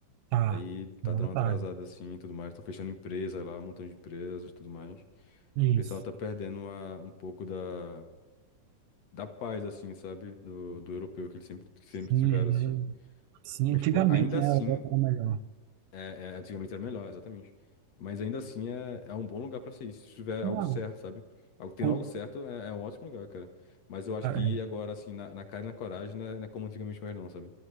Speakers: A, on the right (about 85°); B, on the left (about 65°).
A: Tá,
B: Aí tá
A: agora
B: dando uma
A: tá.
B: atrasada, assim, e tudo mais. Estão fechando empresas lá, um montão de empresas e tudo mais. E
A: Isso.
B: o pessoal tá perdendo a, um pouco da, da paz, assim, sabe? Do, do europeu que eles sempre, que sempre
A: Sim,
B: tiveram,
A: é.
B: assim.
A: Sim,
B: Mas,
A: antigamente,
B: pô, ainda
A: né,
B: assim
A: a Europa era melhor.
B: É, é, antigamente era melhor, exatamente. Mas ainda assim é, é um bom lugar pra ser isso. Se tiver
A: Não,
B: algo certo, sabe? Algo- Tendo
A: com,
B: algo certo é, é um ótimo lugar, cara. Mas eu acho
A: cara,
B: que
A: é.
B: ir agora, assim, na, na cara e na coragem, não é, não é como antigamente mais não, sabe?